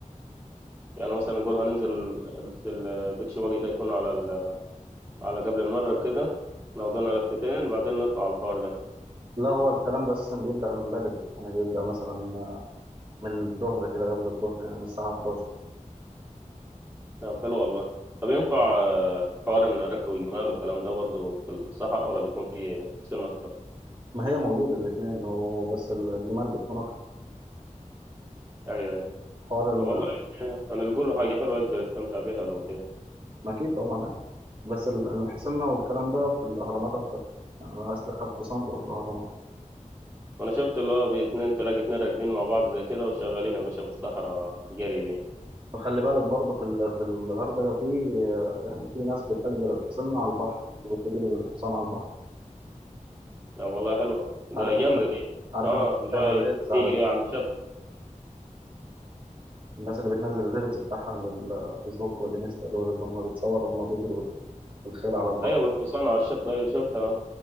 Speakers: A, on the right; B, on the right.
A: يعني مثلا نقول هننزل ال- ال- البيتش باجي ده يكون على ال... على قبل المغرب كده ناخدنا لفتين بعدين نطلع على الحوار ده
B: لا هو الكلام ده أساسا بيبدأ من بدري يعني بيبدأ مثلا من الظهر كده قبل الظهر يعني من الساعة 11
A: طب حلو والله طب ينفع آه، حوار ان اركب جمال والكلام ده برضو في الصحراء ولا بيكون فيه حسين اكتر
B: ما هي موجودة الاتنين وبس الجمال بتكون أكتر
A: ايوه ايوه
B: حوار ال-
A: طب والله يعني هنلقوا له حاجه حلوه يقدر يستمتع بيها لو كده
B: ما أكيد طبعا يعني. بس ال- الحسنة والكلام ده في الأهرامات أكتر يعني لو عايز تركب حصان تروح الأهرامات
A: انا شفت اللي هو باتنين تلاقي اتنين راكبين مع بعض زي كده وشغالين يا باشا في الصحراء جري بيه
B: وخلي بالك برضه في ال- في الغردقة في يعني في ناس بتأجر الحصان على البحر أنت بتجري بالحصان على البحر
A: لا والله حلوه ده
B: عارف
A: جامده
B: الناس
A: دي
B: عارف
A: اه
B: الناس
A: اللي
B: بتعمل
A: هو
B: ريلز على
A: يجري على الشط
B: الناس اللي بتنزل الريلز بتاعها على الفيسبوك والانستا دول اللي هم بيتصوروا هم بيجروا بال- بالخيل على البحر
A: ايوه بالحصان على الشط ايوه شفتها آه.